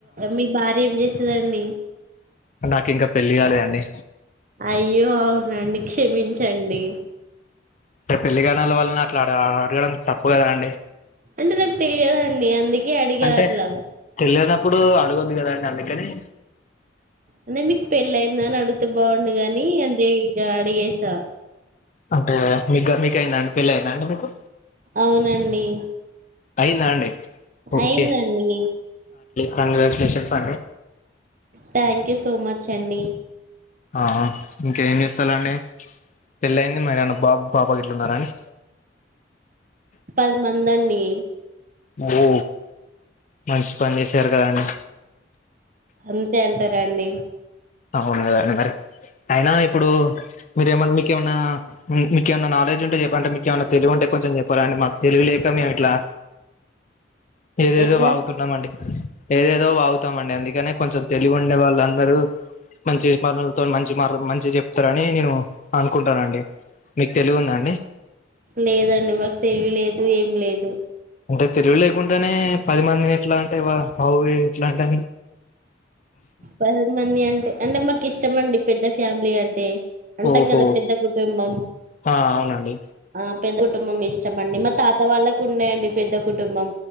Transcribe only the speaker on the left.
నాకు ఇంకా పెళ్లి కాలేదండి
ఇంక పెళ్లి కానీ వాళ్ళని అట్లా అడగడం తప్పు కదా అండి
అంటే
తెలియనప్పుడు అడగద్దు కదా అండి అందుకని
అంటే మీకు మీకయిందాండి పెళ్ల అయిందాండి మీకు
అయిందా అండి ఓకే
కంగ్రాచ్యులేషన్స్ అండి
ఆ ఇంకేం చేస్తారు అండి పెళ్లయింది మరి ఏమన్నా బాబు పాప గిట్లా ఉన్నారా అండి
అబ్బో మంచి పని చేసారు కదండి
అవును కదా అండి మరి అయినా ఇప్పుడు మీరేమైన్నా మీకు ఏమన్నా మీకు ఏమన్నా నాలెడ్జ్ ఉంటే చెప్పండి అంటే మీకు ఏమన్నా తెలివి ఉంటే కొంచెం చెప్పరా అండి మాకు తెలివి లేక మేం ఇట్లా ఏదేదో
వాగుతున్నామండి ఏదేదో వాగుతామండి అందుకనే కొంచెం తెలివి ఉండే వాళ్ళందరూ మంచి మాటలతో మంచి మ మంచి చెప్తారని నేను అనుకుంటానండి మీకు తెలివి ఉందా అండి
అంటే తెలివి లేకుంటేనే పది మందిని ఎట్లా అంటే హౌ ఎట్లా అంటా
ఓహో
ఆ అవునండి